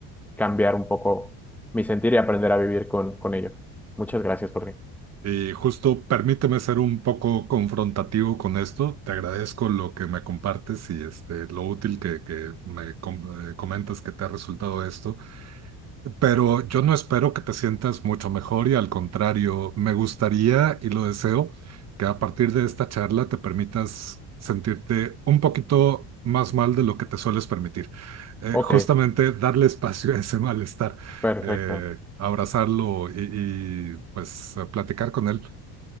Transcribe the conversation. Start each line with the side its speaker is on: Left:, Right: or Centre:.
Centre: cambiar un poco mi sentir y aprender a vivir con, con ello. Muchas gracias, Jorge.
Right: Y justo permíteme ser un poco confrontativo con esto. Te agradezco lo que me compartes y este, lo útil que, que me com- eh, comentas que te ha resultado esto. Pero yo no espero que te sientas mucho mejor y al contrario, me gustaría y lo deseo que a partir de esta charla te permitas sentirte un poquito más mal de lo que te sueles permitir. Eh,
Centre: Ok,
Right: justamente darle espacio a ese malestar,
Centre: perfecto.
Right: eh, abrazarlo y, y, pues eh, platicar con él.